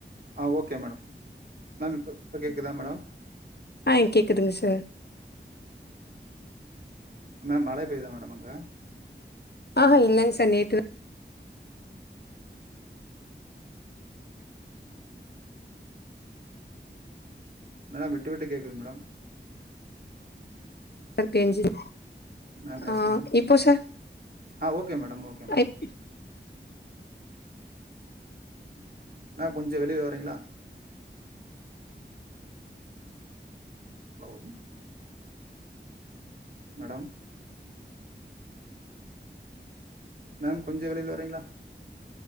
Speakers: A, on the right; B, on the left.
A: ஆ ஓகே மேடம் மேம் இப்ப இப்ப கேக்குதா மேடம்
B: ஆ கேக்குதுங்க சார்
A: மேம் மழை பெய்தா மேடம் அங்க
B: ஆஹ இல்லங்க சார் நேத்துதா
A: மேடம் விட்டு விட்டு கேக்குது மேடம்
B: அர் பேஞ்சுது
A: மேம்
B: ஆ
A: எஸ் மேம்
B: இப்போ சார்
A: ஆ ஓகே மேடம் ஓகே மேடம்
B: அப்
A: ஆ கொஞ்ச வெளிய வரீங்களா ஹலோவ் மேடம் மேம் கொஞ்ச வெளில வரீங்களா